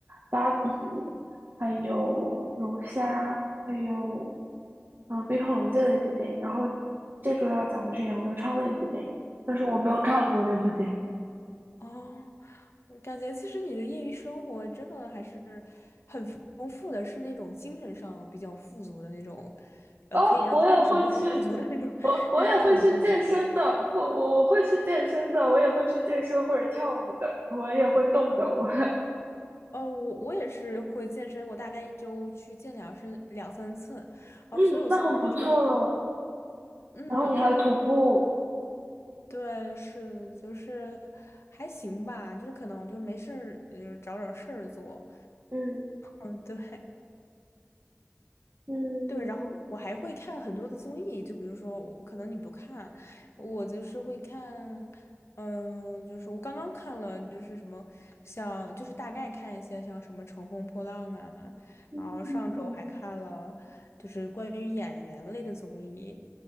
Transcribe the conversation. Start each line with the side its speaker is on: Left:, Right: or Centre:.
Right: 《芭比》，还有《龙虾》，还有嗯《冰河龙界》的一部电影，然后这周要讲的是杨德昌的一部电影，但是我没有看过那部电影。
Left: 哦，我感觉其实你的业余生活真的还是很丰富的，是那种精神上比较富足的那种，呃，
Right: 哦，
Left: 可以让精神更富足的那种
Right: 我也会去，我我也会去健身的，
Left: <laughs> 那种活动哎
Right: 不，我我会去健身的，我也会去健身或者跳舞的，我也会动的，我，
Left: 哦，我我也是会健身，我大概一周去健两身两三次，
Right: <laughs>
Left: 哦，
Right: 嗯，
Left: 所以我现在就是很，
Right: 那很不错了。
Left: 嗯，
Right: 然后你还徒步，
Left: 因为对，是就是还行吧，就是可能就是没事儿，就是找找事儿做，
Right: 嗯
Left: 嗯，对。
Right: 嗯
Left: 对，然后我还会看很多的综艺，就比如说我，可能你不看，我就是会看，嗯、就是我刚刚看了，就是什么像，就是大概看一些像什么《乘风破浪》啊，
Right: 嗯，
Left: 然后上周还看了就是关于演员类的综艺，